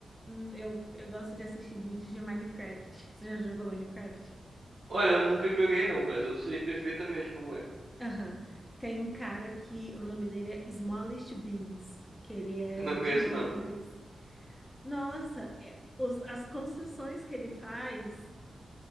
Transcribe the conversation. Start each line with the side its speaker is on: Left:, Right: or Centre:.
Centre: hum, eu, eu gosto de assistir vídeos de Minecraft. Você já jogou Minecraft?
Right: Olha, eu nunca joguei, não, mas eu sei perfeitamente como é.
Centre: Aham. Tem um cara que o nome dele é Smallest Beans, que ele é
Right: Eu Não conheço,
Centre: de Londres.
Right: não.
Centre: Nossa, é- os- as construções que ele faz